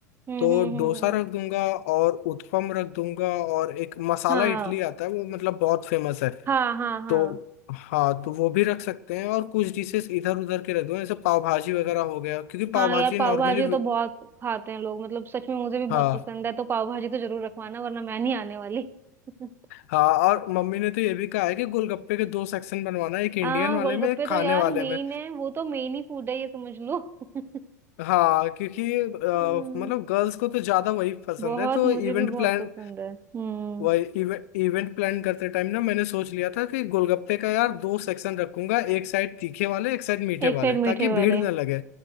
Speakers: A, on the right; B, on the left.
A: हम्म
B: तो
A: हम्म हम्म हम्म।
B: डोसा रख दूंगा और उत्पम रख दूंगा और एक मसाला
A: हाँ
B: इडली आता है वो मतलब बहुत फेमस है
A: हाँ हाँ हाँ
B: तो हाँ तो वो भी रख सकते हैं और कुछ डिशेस इधर उधर के रख दूंगा जैसे पाव भाजी वगैरह हो गया क्योंकि पाव
A: हाँ
B: भाजी
A: यार पाव
B: नॉर्मली
A: भाजी तो बहुत खाते हैं लोग मतलब सच में मुझे भी
B: हाँ
A: बहुत पसंद है तो पाव भाजी तो जरूर रखवाना वरना मैं नहीं आने वाली <laughs>
B: हाँ और मम्मी ने तो ये भी कहा है कि गोलगप्पे के दो सेक्शन बनवाना एक इंडियन
A: हाँ
B: वाले
A: गोलगप्पे
B: में एक
A: तो
B: खाने
A: यार
B: वाले
A: मेन
B: में
A: है वो तो मेन ही फूड है ये समझ लो <laughs>
B: हाँ क्योंकि अ,
A: हम्म,
B: मतलब गर्ल्स को तो ज्यादा वही पसंद
A: बहुत
B: है तो
A: मुझे
B: इवेंट
A: भी बहुत
B: प्लान
A: पसंद है हम्म
B: वही इवेंट इवेंट प्लान करते टाइम ना मैंने सोच लिया था कि गोलगप्पे का यार दो सेक्शन रखूंगा एक साइड तीखे वाले एक साइड मीठे
A: एक साइड
B: वाले
A: मीठे
B: ताकि
A: वाले
B: भीड़ ना लगे